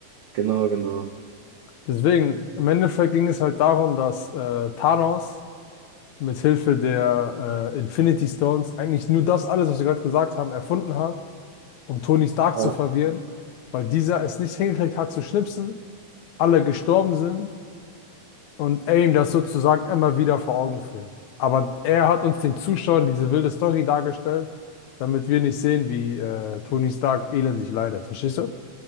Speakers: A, on the right; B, on the left.
A: Genau, genau.
B: Deswegen, im Endeffekt ging es halt darum, dass äh, Thanos mit Hilfe der äh, Infinity Stones eigentlich nur das alles, was wir gerade gesagt haben, erfunden hat um Tony Stark
A: Ja.
B: zu verwirren, weil dieser es nicht hingekriegt hat zu schnipsen, alle gestorben sind und er ihm das sozusagen immer wieder vor Augen führt. Aber er hat uns den Zuschauern diese wilde Story dargestellt, damit wir nicht sehen, wie äh, Tony Stark elendig leidet. Verstehst du?